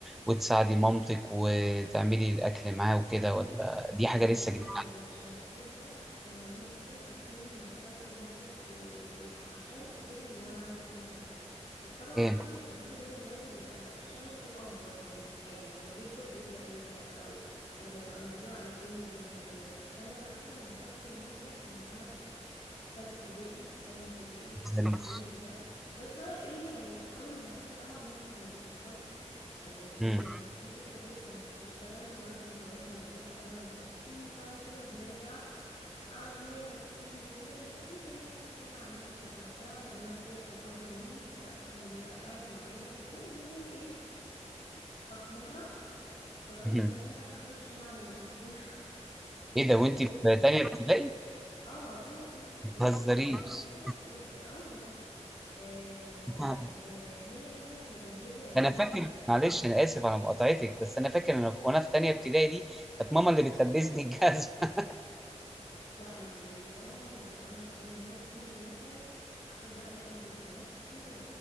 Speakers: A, in the centre; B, on the left.
A: وتساعدي مامتك وتعملي الأكل معاه وكده ولا دي
B: لا
A: حاجة لسه
B: أنت
A: جديدة
B: مش هتصدق أنا ممكن أكون دخلت المطبخ و- واتحشرت كده من وأنا عندي كام سنة بس طبعا
A: عليك؟
B: إيه الواحد وهو صغير بيبقى شغفه أكبر بالحاجة لما بيكبر بيبدأ يزهق بقى وي... ولما يبقى الموضوع إلزامي بيزهق منه بس أنا مثلا دخلت المطبخ من وأنا تالتة ابتدائي تانية ابتدائي
A: ما
B: حاجة
A: تهزريش
B: في الرينج ده بس بقى ايه يعني أول ما دخلت طبعا مامتي كانت بتتخض يعني
A: مم.
B: هي كانت في فترة كده كانت بتشتغل وأنا كنت بروح المدرسة أنا وأختي فكنا بنرجع على ما هي ما بتيجي وكده بيبقى فيه زي نص ساعة مثلا أو ساعة لأن أنا أخويا كان أكبر مني فكان بيبقى قاعد معانا وكده المهم ايه ففي مرة قررت
A: مم.
B: إن أنا أخش أنا أعمل الأكل
A: ايه ده وانت
B: <laughs>
A: في تانية ابتدائي
B: اه تانية تالتة ابتدائي
A: ما تهزريش
B: حاجة حاجة في الرينج ده اه والله آه،
A: <laughs>
B: آه، هي كانت مجهزة يعني
A: انا فاكر
B: هي
A: معلش انا اسف على مقاطعتك بس انا فاكر انا وانا في تانية ابتدائي دي كانت ماما اللي بتلبسني الجزمه <laughs>
B: لا أنا من وأنا يعني أقول لك إيه من وأنا في كيجي مثلا أحب أنا ألبس بنفسي و-